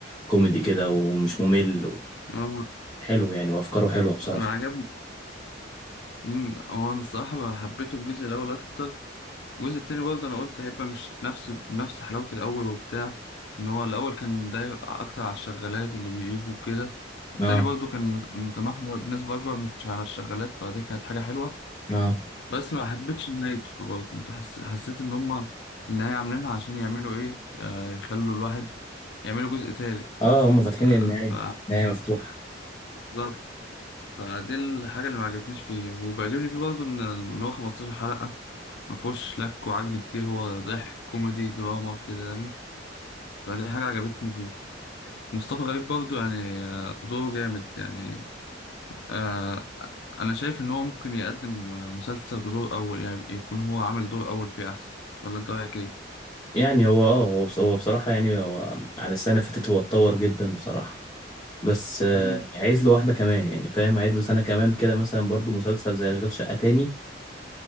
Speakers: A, on the left (about 20°); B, on the left (about 60°).
A: كوميدي كده ومش ممل
B: هو-
A: وحلو يعني وأفكاره حلوة بصراحة
B: انا عجبني امم هو انا الصراحة حبيته الجزء الاول اكتر الجزء التاني برضه انا قلت هيبقى مش نفس نفس حلاوة الاول وبتاع ان هو الاول كان داير اكتر على الشغالات اللي بيجوا كده التاني
A: اه
B: برضه كان مت- متمحور بنسبة أكبر مش على الشغالات فدي كانت حاجة حلوة
A: اه
B: بس ما حبيتش نهايته برضه انت حس... حسيت ان هما النهاية عاملينها عشان يعملوا ايه آه يخلوا الواحد يعملوا جزء تالت
A: اه هما فاتحين
B: آه
A: النهاية
B: ف
A: النهاية مفتوحة
B: بالظبط فدي الحاجة اللي ما عجبتنيش فيه وبيعجبني فيه برضه ان إن هو 15 حلقة ما فيهوش لك وعجن كتير هو ضحك كوميدي دراما كده يعني فدي حاجة عجبتني فيه مصطفى غريب برضه يعني آه، دوره جامد يعني آه، انا شايف ان هو ممكن يقدم آه، مسلسل بدور اول يعني يكون هو عامل دور اول فيه احسن ولا انت رايك ايه
A: يعني هو اه هو بص- هو بصراحة يعني هو عن السنة اللي فاتت هو اتطور جدا بصراحة بس آه،
B: امم
A: يعني عايز له واحدة كمان يعني فاهم عايز له سنة كمان كده مثلا برضو مسلسل زي أشغال شقة تاني